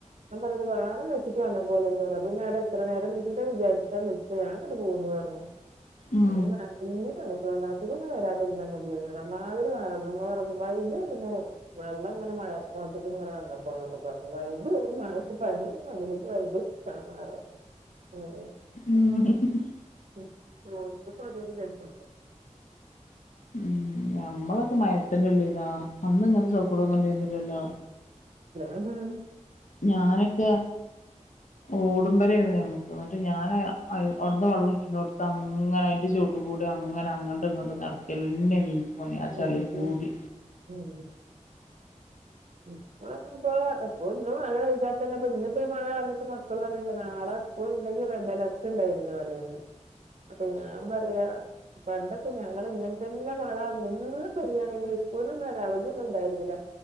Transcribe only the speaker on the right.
ഞാൻ പറയത് വേണം വെച്ചി്ട്ട് വന്ന പോലെല്ലെ ഇത്തരിം ന്നേരം എത്രന്നേര ന്നേര്തിട്ടാ വിചാരിച്ച്ട്ടാ ന്നിക്കാ ഞാൻ ഇങ്ങട്ട് പോന്നു അർഞ്ഞു.
മോൻ നനഞ്ഞിട്ട നിക്കുന്നത് അസുഖം ഒന്നും വരാതിര്ന്നാ മതി അമ്മതിരി <unintelligible> വൈഡ് ഇരുന്ന് വെള്ളംങ്ങനെ മഴ മൊത്ക്ക് ഇങ്ങനെ വന്നപ്പോ ന്നൊക്കെപറഞ്ഞു വൈബ് മാറാത്ത പനി അതിലേക്ക് വൈബ്. ആഹ് ഉം
ഉം ഓൽക്കപ്പതൊര് രസം
അതെ
ഉം
ഉം ഉം ഇപ്പ ഇപ്പൊന്നും വിചാരിച്ചോണ്ട് ഇന്നിപ്പോ മഴ കണ്ടിട്ട് മക്കള് പറയണ്ട് ന്നാളെ. സ്കൂൾണ്ടെങ്കി റെഡ് അലേർട്ട് ഉണ്ടായിനുന്ന് പറയാ അപ്പൊ ഞാൻ പറയാ പണ്ടൊക്കെ ഞങ്ങള് ഇങ്ങൻതന്നെ മഴ ന്നിന്ന് പെയ്യാണെങ്കിലും സ്കൂളിനൊന്നും ഒര അവധി ഒന്നും ഉണ്ടായ്ര്ന്നില.